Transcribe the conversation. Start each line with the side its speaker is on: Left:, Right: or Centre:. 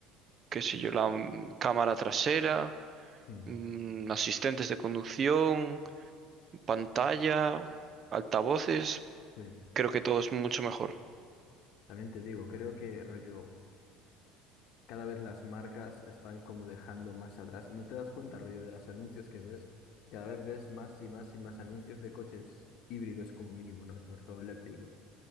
Right: qué sé yo, la mm, cámara trasera,
Left: mm,
Right: mm, asistentes de conducción, pantalla, altavoces,
Left: sí.
Right: creo que todo es mucho mejor.
Left: También te digo, creo que rollo cada vez las marcas están como dejando más atrás. No te das cuenta, rollo, de los anuncios que ves. Cada vez ves más y más y más anuncios de coches híbridos como mínimo, ¿no? Sobre todo eléctricos.